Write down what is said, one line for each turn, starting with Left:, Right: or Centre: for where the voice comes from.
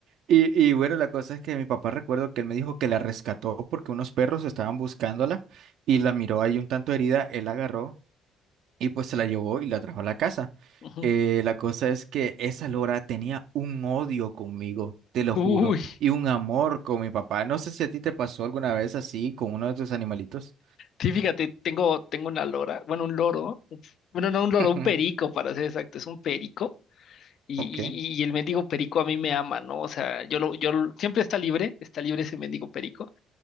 Right: Y, y bueno, la cosa es que mi papá recuerdo que él me dijo que la rescató porque unos perros estaban buscándola y la miró ahí un tanto herida, él la agarró y pues se la llevó y la trajo a la casa.
Left: Ujú.
Right: Eh, la cosa es que esa Lora tenía un odio conmigo, te lo
Left: Uy,
Right: juro, y un amor con mi papá. No sé si a ti te pasó alguna vez así con uno de tus animalitos.
Left: sí, fíjate, tengo, tengo una lora, bueno, un loro, bueno, no un
Right: <laughs>
Left: loro, un perico, para ser exacto, es un perico Y,
Right: Ok.
Left: y- y el mendigo perico a mí me ama, ¿no? O sea, yo lo, yo lo- siempre está libre, está libre ese mendigo perico,